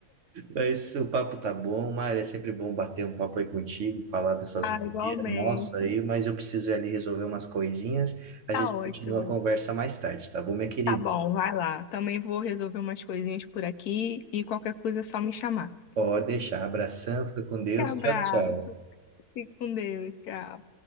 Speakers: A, on the right; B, on the left.
A: É Isso, o papo tá bom, Mário. É sempre bom bater um papo aí contigo, falar dessas
B: Ah,
A: bobeiras,
B: igualmente.
A: nossa, aí, mas eu preciso ir ali resolver umas coisinhas. A
B: Tá
A: gente
B: ótimo.
A: continua a conversa mais tarde, tá bom, minha querida?
B: Tá bom, vai lá. Também vou resolver umas coisinhas por aqui e qualquer coisa é só me chamar.
A: Pode deixar. Abração, fica com Deus.
B: Um abraço.
A: Tchau, tchau.
B: Fique com Deus. Tchau.